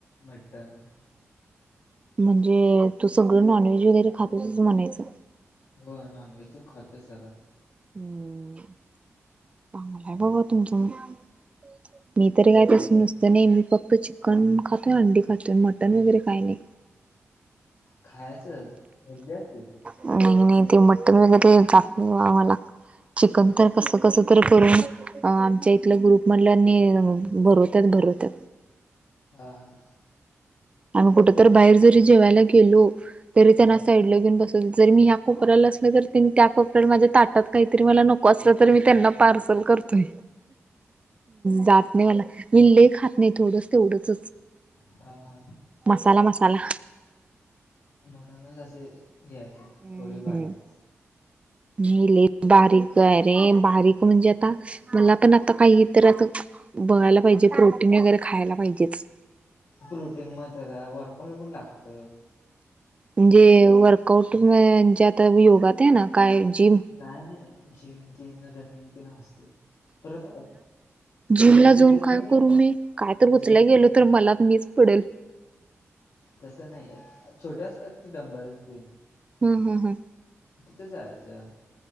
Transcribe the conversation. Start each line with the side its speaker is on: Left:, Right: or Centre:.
Left: मटण.
Right: म्हणजे तू सगळं नॉन व्हेज वगैरे खातोसच म्हणायचं.
Left: हो नॉनव्हेज ते खातो सगळं.
Right: हम्म चांगलं हाय बाबा तुमचं मग. मी तरी काय
Left: होय
Right: <unintelligible> नुसतं तर नेहमी फक्त चिकन खातोय, अंडी खातोय, मटण वगैरे काय नाय.
Left: खायच हेल्दी असते ते
Right: नाही नाही ते मटन वगैरे जात नाही आम्हाला. चिकन तर कस कस तर करून अ आमच्या इथल्या ग्रुप मधल्यांनी भरवतात भरवतात.
Left: हा हा.
Right: आम्ही कुठेतरी बाहेर जरी जेवायला गेलो तरी, त्यांना
Left: हा,
Right: साईडला घेऊन बस. जरी मी या कोपऱ्याला असले, त्यांनी त्या कोपऱ्याला असले, तर मला ताटात काय नको असलं तर मी पार्सल कर ते जात नाही मला, मी लय खात नाही थोडसं तेवढेच.
Left: हाहा.
Right: मसाला मसाला.
Left: म्हणूनच असे घ्यायचे,
Right: हम्म
Left: थोडी बारीक करून.
Right: मी लई बारीक हाय रे, बारीक म्हणजे आता मला पण आता काही तर अस बघायला पाहिजे, प्रोटीन वगैरे खायला पाहिजेच.
Left: प्रोटीन मग त्याला वर्कआउट पण लागतं.
Right: म्हणजे वर्कआउट म्हजे आता योगा टेन काय जिम.
Left: नाय नाय जिम मध्ये रनिंग ते असतं परत जिमचे
Right: जिम ला जाऊन
Left: कणी
Right: काय करू मी? काय उचलायला
Left: जिम
Right: गेलो तर मीच पडेल.
Left: तसं नाय, छोटं असतात की डंबेल्स ती.
Right: हम् हम हम.
Left: तिथं जायचं.